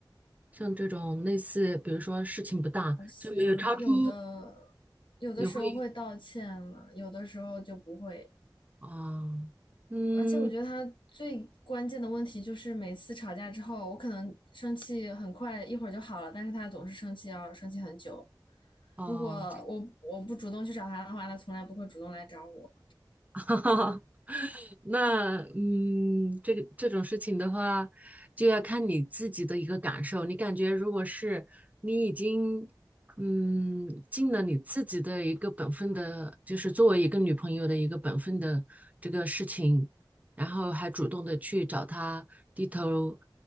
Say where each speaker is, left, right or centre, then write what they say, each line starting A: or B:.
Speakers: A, on the right; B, on the left.
A: 像这种类似，比如说事情不大，
B: 好像有的有的时候会道歉了，
A: 就没有超出，也会，
B: 有的时候就不会。
A: 啊，嗯，
B: 而且我觉得他最关键的问题就是每次吵架之后，我可能生气很快，一会儿就好了，但是他总是生气，要生气很久。
A: 哦，
B: 如果我我不主动去找他的话，他从来不会主动来找我。
A: <laughs> 哈哈，那嗯，这个这种事情的话，就要看你自己的一个感受。你感觉如果是你已经嗯尽了你自己的一个本分的，就是作为一个女朋友的一个本分的这个事情，然后还主动的去找他低头，